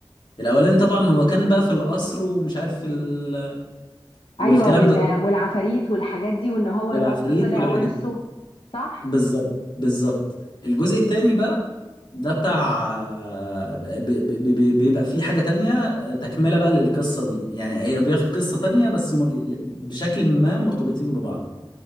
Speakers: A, on the left; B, on the left.
A: الاولاني طبعا هو كان بقى في القصر ومش عارف ال... والكلام
B: ايوه وال...
A: ده كله
B: والعفاريت والحاجات دي وان هو
A: والعفاريت
B: القصر طلع
A: والحاجات
B: ورثه صح
A: بالظبط بالظبط الجزء التاني بقى ده بتاع ب- ب- ب- بيبقى فيه حاجة تانية آه، تكملة بقى للقصة دي يعني هي بياخد قصة تانية بس مر... بشكل ما مرتبطين ببعض